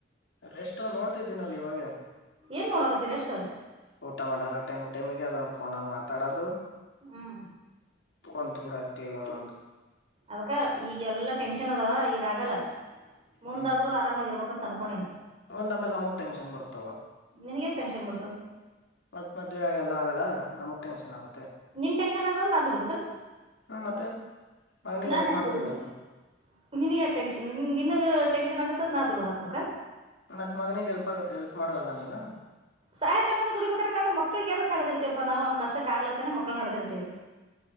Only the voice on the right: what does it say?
ಏನ್ ನೋಡಕತ್ತಿ ರೆಸ್ಟ್
ಹ್ಮ್
ಅದ ಈಗ ಎಲ್ಲಾ ಟೆನ್ಷನ್ ಅದಾವ ಈಗ ಆಗಲ್ಲ ಮುಂದಾದ್ರೂ
ಆ ರಾಮಾಗಿರ್ಬೇಕು ಅಂತ ಅನ್ಕೊಂಡೀನಿ
ನಿನ್ಗ್ ಯಾಕ್ ಟೆನ್ಶನ್ ಬರ್ತದೆ
ನಿನ್ ಟೆಂಕ್ಶನ್ ಆಗುವಂತ್ನಾ ದುಡಿಬೇಕನ
ನಾನ್
ಯಾಕ್
ದುಡೀಬೇಕ್
ನಿನಿಗ್ ಯಾಕ್ ಟೆಂಕ್ಶ್ ನಿನ್ ನಿನಗ ಟೆಂಕ್ಶನ್ ಆಗತ್ತಂತ್ ನಾ ದುಡ್ದ್ ಹಾಕ್ಬೇಕಾ
ಸಹತ್ತನ್ನೊ ದುಡಿಬೇಕಕಂಗ್ರ ಮಕ್ಳಿಗೆ ಯದಕ್ ಹಡದಿರ್ತಿವಪ್ಪ ನಾವು ನಮ ಕಷ್ಟಕ್ಕಗ್ಲತ್ತೇ ಮಕ್ಳ ಹಡದಿರ್ತಿವಿ